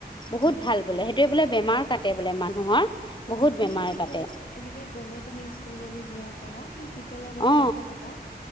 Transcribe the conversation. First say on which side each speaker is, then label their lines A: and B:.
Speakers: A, on the left; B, on the left.
A: বহুত
B: উম
A: ভাল বোলে সেইটো বোলে বেমাৰ কাটে। বোলে মানুহৰ।
B: অ
A: বহুত
B: তুমি
A: বেমাৰ
B: পিতল
A: কাটে
B: এনেকে গ'লে তুমি স্কুল যদি যোৱা কৰা সেই। পিতলৰ বটল
A: অ
B: এটা ল'বা,